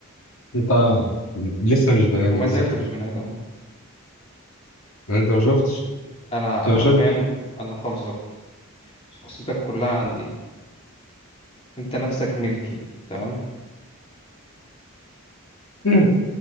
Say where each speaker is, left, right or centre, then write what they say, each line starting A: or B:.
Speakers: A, on the left; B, on the left.
A: انت لسه مش بني ادم
B: وما
A: مثلا
B: زلت مش بني آدم أه.
A: انت ما شفتش
B: أنا
A: انت
B: حرفيا
A: ما شفتش
B: أنا حافظك شخصيتك كلها عندي أنت نفسك ملكي تمام
A: <laughs>